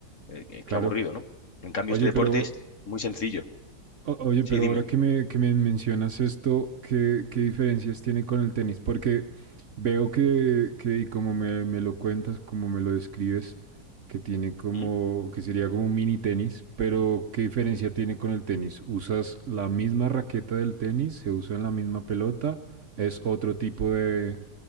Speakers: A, on the left; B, on the right.
A: eh, eh,
B: claro.
A: qué aburrido, ¿no? En cambio,
B: Oye,
A: este deporte
B: pero
A: es muy sencillo.
B: O- Oye,
A: Sí,
B: pero
A: dime.
B: ahora que me, que me mencionas esto, ¿qué, qué diferencias tiene con el tenis? Porque veo que, que y como me, me lo cuentas, como me lo describes, que tiene como,
A: ¿Mm?
B: que sería como un mini tenis, pero ¿qué diferencia tiene con el tenis? ¿Usas la misma raqueta del tenis? ¿Se usa en la misma pelota? ¿Es otro tipo de,